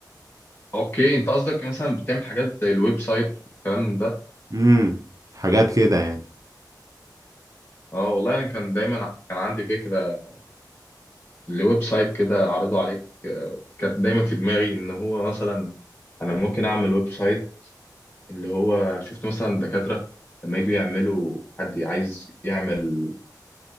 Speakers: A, on the left; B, on the right.
A: اوكي انت قصدك مثلا بتعمل حاجات زي الويب سايت والكلام من ده
B: امم حاجات كده يعني
A: اه والله انا كان دايما ع- كان عندي فكره لويب سايت كده اعرضه عليك آه، كانت دايما في دماغي ان هو مثلا انا ممكن اعمل ويب سايت اللي هو شفت مثلا الدكاترة لما يجوا يعملوا حد عايز يعمل